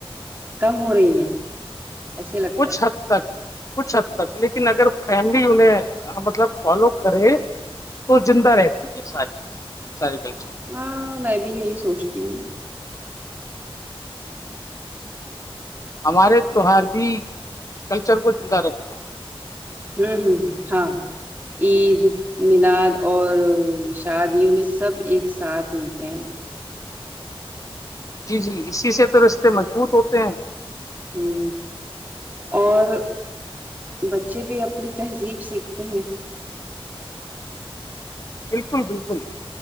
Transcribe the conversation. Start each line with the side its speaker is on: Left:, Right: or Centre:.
Right: کم ہو رہی ہیں ایسے لگتا
Left: کچھ
Right: ہے
Left: حد تک کچھ حد تک لیکن اگر فیملی انہیں مطلب فالو کرے تو زندہ رہتی ہیں ساری سارے کلچر
Right: ہاں میں بھی یہی سوچتی ہوں
Left: ہمارے تہوہارہی کلچر کو زندہ رکھتے ہیں
Right: ہوں ہوں ہاں عید میلاد اور شادیوں میں سب ایک ساتھ ملتے ہیں
Left: جی جی اسی سے تو رستے مضبوط ہوتے ہیں
Right: ہوں اور بچے بھی اپنی تہذیب سیکھتے ہیں
Left: بالکل بالکل